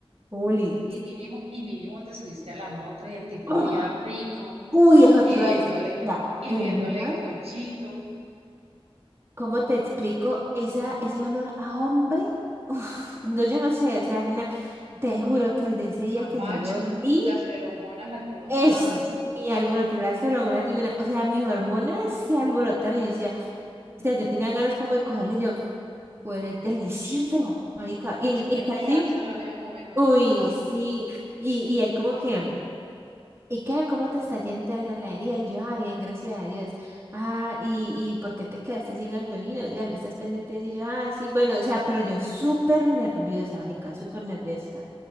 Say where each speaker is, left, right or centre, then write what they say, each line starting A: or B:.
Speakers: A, on the right (about 25°); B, on the right (about 85°).
A: Juli.
B: Y mínimo, y mínimo te subiste a la moto y el tipo
A: ¡Oh!
B: olía rico,
A: Uy, eso
B: y
A: te iba
B: viéndole,
A: a decir. O sea,
B: y
A: el
B: viéndole
A: man,
B: el cuellito.
A: ¿cómo te explico esa, ese olor a hombre? Uf, no, yo no sé, o sea, es una, te juro que desde ese día
B: a macho,
A: que yo lo olí,
B: las feromonas alborotadas,
A: eso, mi
B: ajá,
A: alboroté las feromonas de una, o sea, mis hormonas se alborotaron y yo decía, o sea, yo tenía ganas como de cogerlo y yo, huele delicioso, marica,
B: y
A: y,
B: chupeteárselo
A: y casi,
B: en ese momento,
A: uy,
B: ajá.
A: sí, y, y él como que... ¿Y qué? ¿Cómo te está yendo en la heladería? Y yo, ah, bien, gracias a Dios. Ah, ¿y, y por qué te quedaste sin gasolina? Ya no estás pendiente de eso. Y yo, ah, sí, bueno, o sea, pero yo súper nerviosa, marica, súper nerviosa.